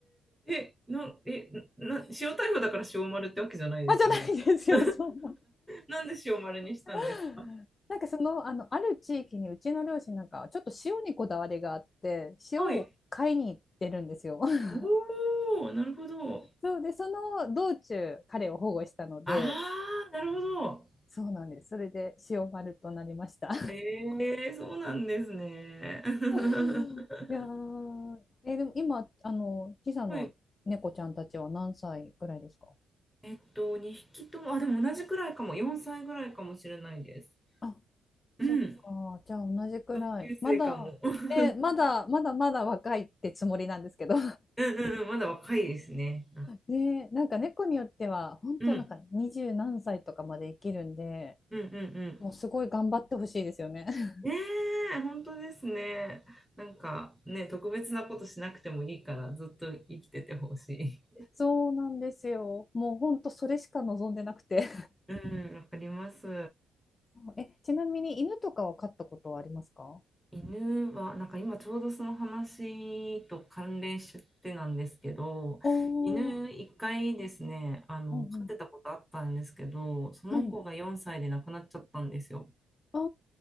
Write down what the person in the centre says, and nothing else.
え、な、え、な、塩逮捕だから塩丸ってわけじゃないですよね。
<laughs>
なんで塩丸にしたんですか
はい
おお、なるほど。
ああ、なるほど。
ええそうなんですね。<laughs>
はい。えっと、2匹とも、あ、でも同じくらいかも。4歳ぐらいかもしれないです。
うん。
同級生かも。
<laughs> うん
うんうん、まだ若いですね。
うん、うんうんうん。
ねえ、本当ですね。なんかね、特別なことしなくてもいいから、ずっと生きててほし
い。うん、わかります。
犬は、なんか今ちょうどその話と関連しちゃってなんですけど、
犬一回ですね、あの、
飼ってたことあったんですけど、その子が4歳で亡くなっちゃったんですよ。